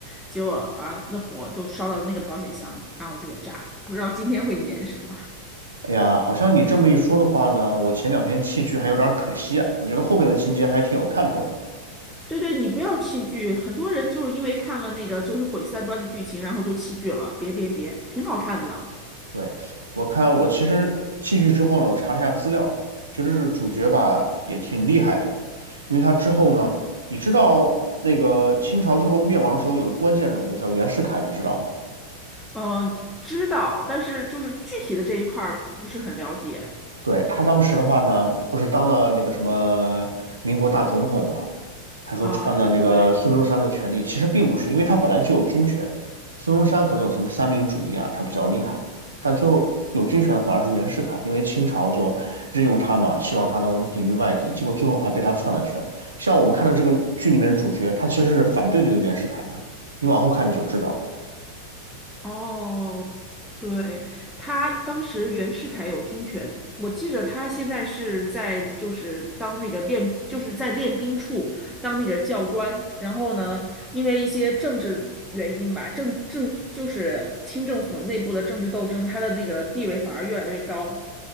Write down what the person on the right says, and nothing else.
哎呀，好像你这么一说的话呢，我前两天弃剧还有点儿可惜啊。我觉得后面的情节还挺有看头的。
对，我看我其实戏剧之后呢，我查了一下资料，觉得是主角吧也挺厉害的，因为他之后呢，你知道那个清朝最后灭亡的时候有个关键人物叫袁世凯，你知道吗？
对，他当时的话呢，不是当了那个什么民国大总统嘛，还说篡了那个孙中山的权利，
其实并不是，因为他本来就有军权，孙中山可能有什么三民主义啊，他比较厉害，但最后有军权的反而是袁世凯，因为清朝就任用他嘛，希望他能抵御外敌，结果最后还被他篡了权。像我们看到这个剧里面主角，他其实是反对这个袁世凯的，你往后看你就知道了